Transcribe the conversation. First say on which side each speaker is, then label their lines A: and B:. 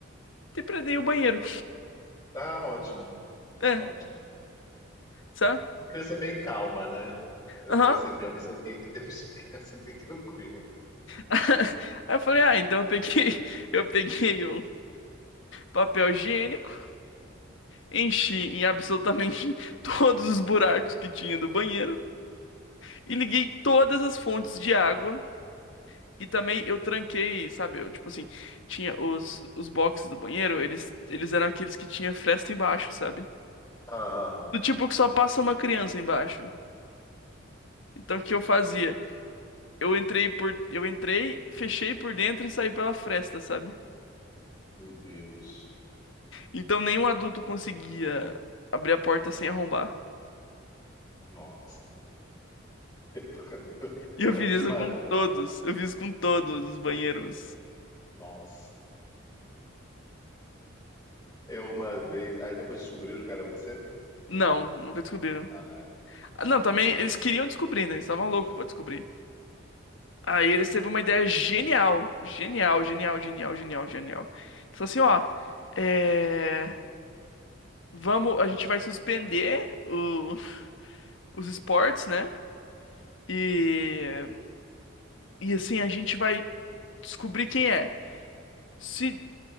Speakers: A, on the left; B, on the left.
A: depredei o banheiro.
B: Ah, ótimo,
A: É,
B: ótimo.
A: sabe?
B: Uma criança bem calma, né? Eh,
A: Aham.
B: Percebemos aqui que temos uma criança bem tranquila.
A: <laughs> Aí eu falei, ah, então eu peguei, <laughs> eu peguei um papel higiênico, enchi em absolutamente <laughs> todos os buracos que tinha do banheiro e liguei todas as fontes de água E também eu tranquei, sabe? Eu, tipo assim, tinha os, os boxes do banheiro, eles, eles eram aqueles que tinha fresta embaixo, sabe?
B: Ah,
A: Do tipo que só passa uma criança embaixo. Então o que eu fazia? Eu entrei por, eu entrei, fechei por dentro e saí pela fresta, sabe?
B: meu Deus.
A: Então nenhum adulto conseguia abrir a porta sem arrombar.
B: Nossa. <laughs>
A: E
B: Eu
A: eu
B: lembro
A: fiz
B: de uma.
A: isso com todos. Eu fiz com todos os banheiros.
B: Nossa. Eu uma vez. Aí depois descobriram que era você?
A: Não, nunca descobriram.
B: Ah,
A: Ah, não,
B: bom.
A: também eles queriam descobrir, né? Eles estavam loucos pra descobrir. Aí eles teve uma ideia genial, genial, genial, genial, genial, genial. Falou assim, ó, é, vamos, a gente vai suspender o- <laughs> os esportes, né? E e assim a gente vai descobrir quem é. Se